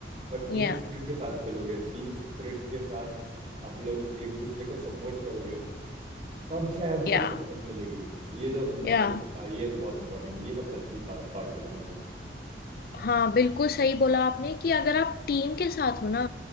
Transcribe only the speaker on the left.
या
या
या
हाँ बिल्कुल सही बोला आपने कि अगर आप टीम के साथ हो ना